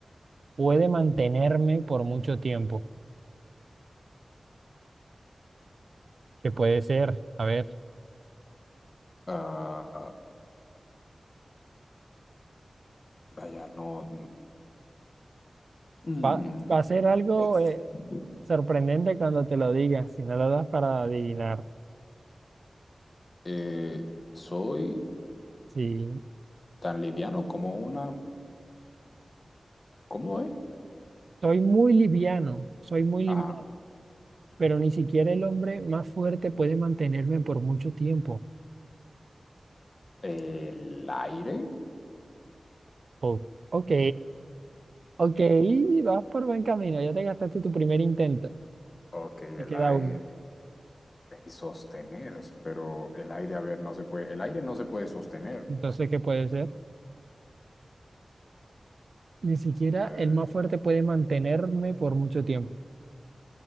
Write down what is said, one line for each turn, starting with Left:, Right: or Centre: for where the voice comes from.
Right: puede mantenerme por mucho tiempo. ¿Qué puede ser? A ver,
Left: Ah, vaya, no. Mm.
Right: va, va a ser algo eh,
Left: <clears throat>
Right: sorprendente cuando te lo diga, si no lo das para adivinar.
Left: Eh, soy
Right: Sí,
Left: tan liviano como una. ¿Cómo es?
Right: soy muy liviano, soy muy
Left: Ah,
Right: liviano, pero ni siquiera el hombre más fuerte puede mantenerme por mucho tiempo.
Left: el aire.
Right: Oh, ok, ok, vas por buen camino, ya te gastaste tu primer intento
Left: Ok, el
Right: y queda
Left: aire.
Right: uno.
Left: Y sostener, pero el aire, a ver, no se puede. El aire no se puede sostener.
Right: Entonces, ¿qué puede ser? Ni siquiera
Left: Eh,
Right: el más fuerte puede mantenerme por mucho tiempo.